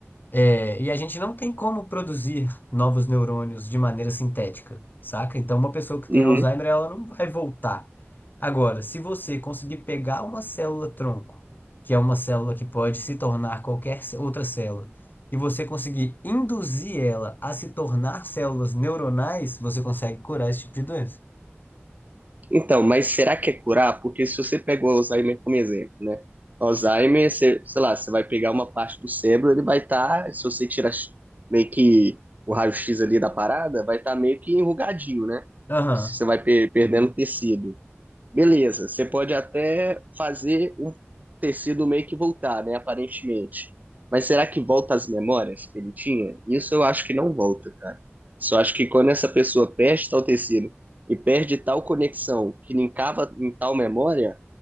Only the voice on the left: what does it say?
É, e a gente não tem como produzir novos neurônios de maneira sintética, saca? Então, uma pessoa que
tem Alzheimer, ela não vai voltar. Agora, se você conseguir pegar uma célula-tronco, que é uma célula que pode se tornar qualquer ce- outra célula, e você conseguir induzir ela a se tornar células neuronais, você consegue curar esse tipo de doença.
Aham.